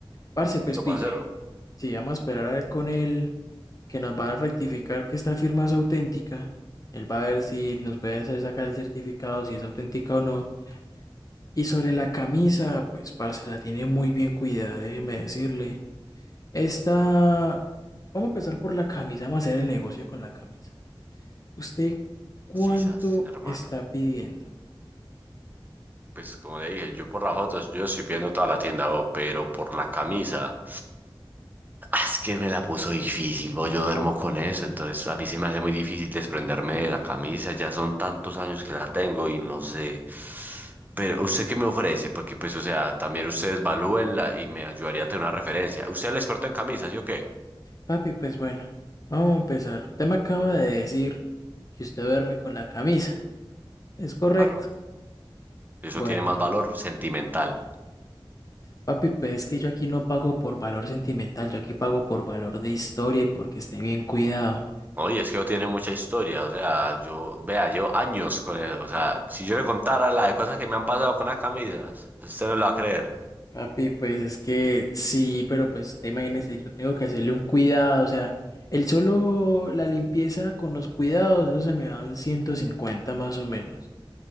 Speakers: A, on the left; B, on the right.
A: Parce, pues
B: Yo,
A: pille.
B: parcero.
A: Si vamos a esperar a ver con él, que nos va a rectificar que esta firma es auténtica. Él va a ver si nos puede hacer sacar el certificado, si es auténtica o no. Y sobre la camisa, pues parce, la tiene muy bien cuidada, déjeme decirle. Esta... Vamos a empezar por la camisa, vamos a hacer el negocio con la camisa. ¿Usted cuánto
B: Sisas, hermano.
A: está pidiendo?
B: Pues como le dije, yo por las fotos, yo estoy viendo toda la tienda, bo, pero por la camisa. ah, Es que me la puso difícil, bo, yo duermo con eso, entonces a mí se me hace muy difícil desprenderme de la camisa, ya son tantos años que la tengo y no sé. Pero usted qué me ofrece, porque pues o sea, también ustedes valúenla y me ayudaría a tener una referencia. ¿Usted es el experto en camisas, yo qué?
A: Papi, pues bueno, vamos a empezar. Usted me acaba de decir que usted duerme con la camisa. ¿Es correcto?
B: Claro. Eso
A: Bueno,
B: tiene más valor sentimental.
A: papi, pues es que yo aquí no pago por valor sentimental, yo aquí pago por valor de historia y porque esté bien cuidado.
B: Oye, es que tiene mucha historia, o sea, yo, vea, llevo años con eso, o sea, si yo le contara la de cosas que me han pasado con las camisas, usted no lo va a creer.
A: Papi, pues es que sí, pero pues usted imagínese, yo tengo que hacerle un cuidado, o sea, el solo la limpieza con los cuidados, eso se me dan 150 más o menos.